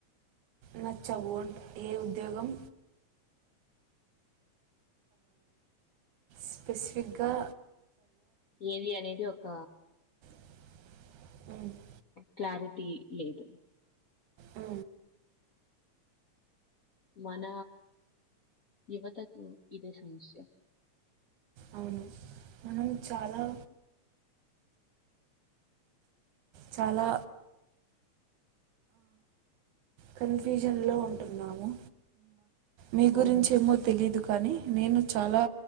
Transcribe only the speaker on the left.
ఏది అనేది ఒక
క్లారిటీ లేదు
మన యువతకు ఇదే సమస్య
అవును